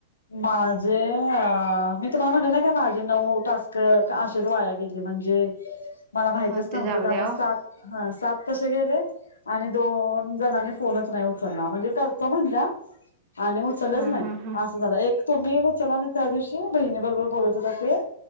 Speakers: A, on the left; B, on the right.
A: माझे अ, मी तुम्हाला म्हणल नाइ का माझे नऊ टास्क अशेच वाया गेले म्हणजे मला माहितच
B: हा ते
A: नव्हत
B: जाऊ
A: त्यामुळे
B: द्या
A: सात
B: ओ
A: हा सात तशे गेले आणि दोन जणानी फोनच नाही उचलला म्हणजे करतो म्हणल्या आणि उचलच
B: हा
A: नाई
B: हा हा
A: अस एक तुम्ही उचला ना त्या दिवशी बहिणी बरोबर बोलत होतात ते